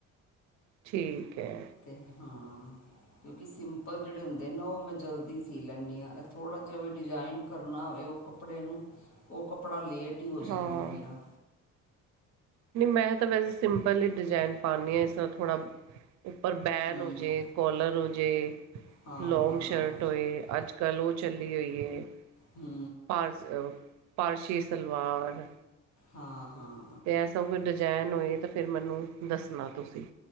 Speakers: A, on the right; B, on the left.
A: ਠੀਕ ਐ।
B: ਤੇ ਹਾਂ, ਕਯੁਂਕਿ ਸਿੰਪਲ ਜੇੜੇ ਹੁੰਦੇ ਨਾ ਓ ਮੈਂ ਜਲਦੀ ਸੀ ਸੀ ਲੈਂਨੀ ਆਂ, ਐ ਥੋੜਾ ਜਾ ਵੀ ਡਿਜ਼ਾਇਨ ਕਰਨਾ ਹੋਵੇ ਓ ਕੱਪੜੇ ਨੂੰ ਓ ਕੱਪੜਾ ਲੇਟ ਹੀ ਹੋ
A: ਹਾਂ।
B: ਜਾਂਦਾ ਮੇਰਾ
A: ਨੀ ਮੈਂ ਤਾਂ ਵੈਸੇ ਸਿੰਪਲ ਹੀ ਡਿਜੈਨ ਪਾਨੀ ਆਂ, ਇਸ ਨਾਲ ਥੋੜਾ ਉੱਪਰ ਬੈਨ
B: ਹੂੰ
A: ਹੋਜੇ, ਕੋਲਰ ਹੋਜੇ,
B: ਹਾਂ
A: ਲੋਂਗ
B: ਹਾਂ
A: ਸ਼ਟ ਹੋਏ। ਤੇ ਆੱਜ-ਕਾੱਲ ਓ ਚੱਲੀ ਹੋਈ ਏ।
B: ਹੂੰ।
A: ਪਾਰਸ, ਪਾਰਸ਼ੀ ਸਲਵਾਰ।
B: ਹਾਂ, ਹਾਂ।
A: ਤੇ ਐਸਾ ਕੋਈ ਡਜੈਂਨ ਹੋਏ ਤਾਂ ਫੇਰ ਮੈਨੂੰ ਦੱਸਨਾ ਤੁਸੀ